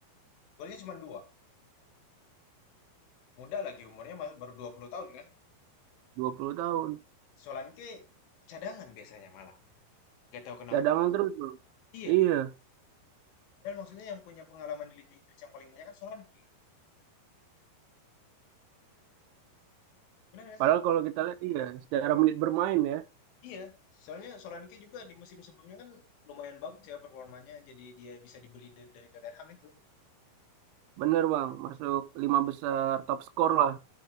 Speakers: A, on the left (about 80°); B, on the right (about 80°).
A: golnya cuma dua. Muda lagi umurnya masih baru 20 tahun kan?
B: 20 tahun.
A: Solanke cadangan biasanya malah, gak tahu kenapa.
B: Cadangan terus.
A: Iya,
B: Iya,
A: padahal maksudnya yang punya pengalaman di Liga Inggris yang paling banyak kan Solanke. Benar gak sih?
B: padahal kalau kita lihat iya, secara menit bermain ya,
A: Iya, soalnya Solanke juga di musim sebelumnya kan lumayan bagus ya performanya, jadi dia bisa dibeli de- dari Tottenham itu.
B: bener Bang, masuk lima besar top skor lah.